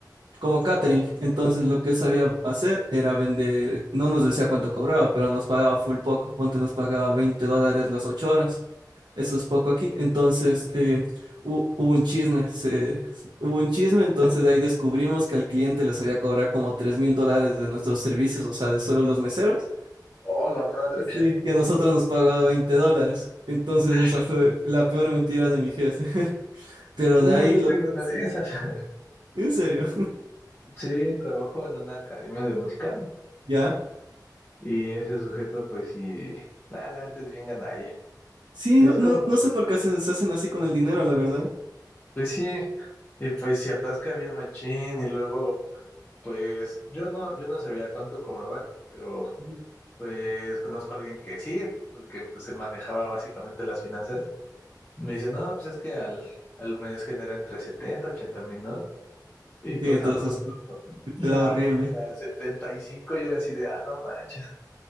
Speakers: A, on the right (about 85°); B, on the left (about 30°).
A: como catering. Entonces lo que él sabía hacer era vender, no nos decía cuánto cobraba, pero nos pagaba full poco. Ponte nos pagaba 20 dólares las 8 horas. Eso es poco aquí. Entonces eh, hu- hubo un chisme, se- hubo un chisme, entonces de ahí descubrimos que al cliente les había cobrado como tres mil dólares de nuestros servicios, o sea, de solo los meseros.
B: Oh, la madre.
A: Sí. Y a nosotros nos pagaba 20 dólares. Entonces
B: <laughs>
A: esa fue la peor mentira de mi jefe. <laughs> Pero
B: uy
A: de ahí
B: yo
A: lo...
B: tengo una
A: Sí,
B: de esas. <laughs>
A: en serio.
B: Sí, trabajo en una academia de música
A: <laughs> ¿Ya?
B: y ese sujeto, pues sí, la, la neta es bien gandalla.
A: Sí,
B: Es
A: no,
B: como,
A: no, no sé por qué se, se hacen así con el dinero, la verdad.
B: pues sí, y pues se atasca bien machín y luego, pues yo no, yo no sabía cuánto cobraban, pero
A: Ujú.
B: pues conozco a alguien que sí, porque pues, se manejaba básicamente las finanzas. Me dice, no, pues es que al, al mes genera entre 70 80 mil, ¿no? Y pues
A: Sí, entonces
B: a nosotros la
A: te da horrible.
B: hora era setenta y cinco y era así de, ah, no manches.